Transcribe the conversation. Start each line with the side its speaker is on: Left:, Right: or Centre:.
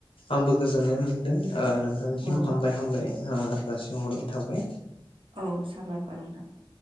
Left: आंबो गोजोननाय मोनदों ओ नोंथांनिसिम
Right: औ
Left: हामबाय हामबाय ओ जासिहरनाय थाबाय
Right: औ साबायखर नोंथां